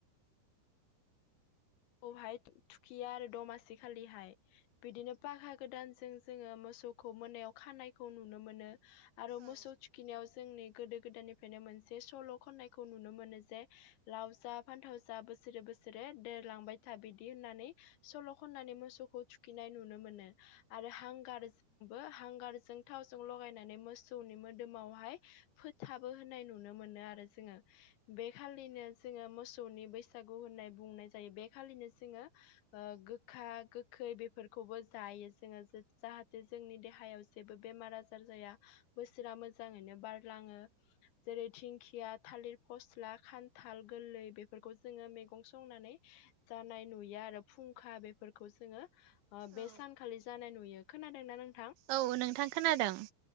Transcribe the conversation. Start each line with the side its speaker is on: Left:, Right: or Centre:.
Left: खौहाय थुखिया आरो दमासि खालिहाय बिदिनो पागा गोदानजों जोंङो मोसौखौ मोनायाव खानायखौ नुनो मोनो। आरो मोसौ
Right: औ
Left: थुखिनायाव जोंनि गोदो गोदायनिफ्रायनो मोनसे सल' खननायखौ नुनो मोनो जे लावसा फान्थावसा बोसोरे बोसोरे देर लांबाय था बिदि होननानै सल' खननानै मोसौखौ थुखैनाय नुनो मोनो। आरो हांगारजोंबो हांगारजों थावजों लगायनानै मोसौनि मोदोमावहाय फोथाबो होननाय नुनो मोनो आरो जोङो। बेखालिनो जोङो मोसौनि बैसागु होननाय बुंनाय जायो बे खालिनो जोङो ओ गोखा गोखै बेफोरखौबो जायो जोङो जाहाथे जोंनि देहायाव जेबो बेमार आजार जाया बोसोरा मोजाङैनो बारलाङो। जेरै थिंखिया थालिर फस्ला खान्थाल गोरलै बेफोरखौ जोङो मैगं संनानै जानाय नुयो आरो फुंखा बेफोरखौ जोङो ओ बे
Right: औ
Left: सानखालि जानाय नुयो। खोनादों ना नों
Right: औ नोंथां खोनादों।